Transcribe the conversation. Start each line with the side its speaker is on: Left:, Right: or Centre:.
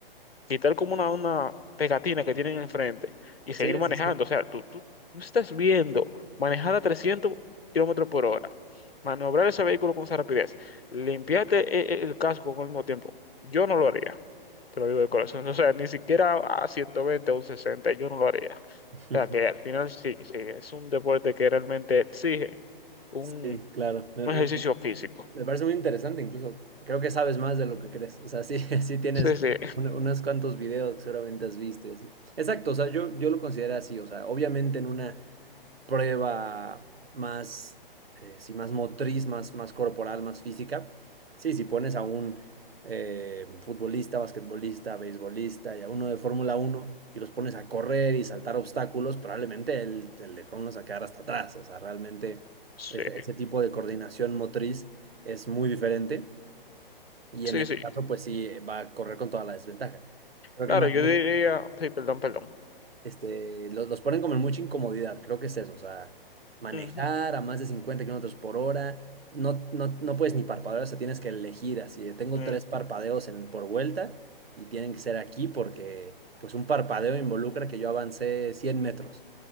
Left: quitar como una, una pegatina que tienen enfrente y seguir
Right: Sí,
Left: manejando.
Right: sí, sí.
Left: O sea, tú, tú, tú estás viendo manejar a 300 kilómetros por hora, maniobrar ese vehículo con esa rapidez, limpiarte e- e- el casco con el mismo tiempo. Yo no lo haría. Te lo digo de corazón. O sea, ni siquiera a 120 o un 60 yo no lo haría.
Right: <laughs>
Left: O sea, que al final sí, sí, es un deporte que realmente exige un,
Right: Sí, claro. Me,
Left: un
Right: me-
Left: ejercicio
Right: me
Left: físico.
Right: Me parece muy interesante, incluso creo que sabes más de lo que crees. O sea, sí, <laughs> sí tienes
Left: Sí, sí,
Right: un- unos cuantos videos que seguramente has visto y así. Exacto, o sea, yo, yo lo considero así. O sea, obviamente en una prueba más, eh, sí, más motriz, más, más corporal, más física. Sí, si pones a un eh, futbolista, basquetbolista, beisbolista y a uno de Fórmula uno y los pones a correr y saltar obstáculos, probablemente el, el de Fórmula uno se va a quedar hasta atrás. O sea, realmente
Left: sí,
Right: ese, ese tipo de coordinación motriz es muy diferente y
Left: sí,
Right: en ese
Left: sí.
Right: caso, pues sí, va a correr con toda la desventaja. Creo
Left: Claro,
Right: que más
Left: yo
Right: bien
Left: diría, sí, perdón, perdón.
Right: este, lo- los, ponen como en mucha incomodidad, creo que es eso, o sea, manejar
Left: Ujú,
Right: a más de 50 kilómetros por hora, no, no, no puedes ni parpadear, o sea, tienes que elegir así, de, tengo
Left: ujú.
Right: tres parpadeos en, por vuelta y tienen que ser aquí porque pues un parpadeo involucra que yo avancé 100 metros.